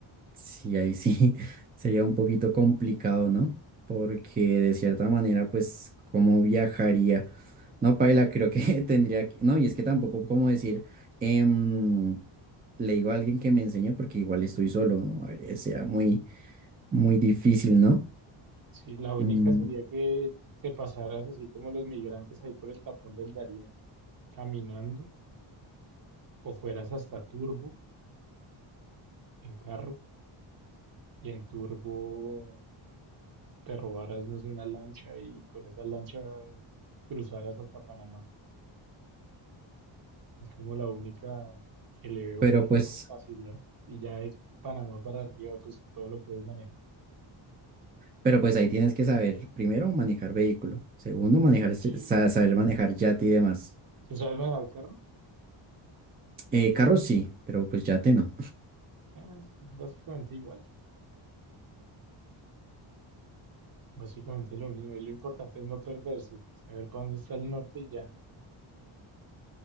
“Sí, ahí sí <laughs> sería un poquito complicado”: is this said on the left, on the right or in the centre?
Right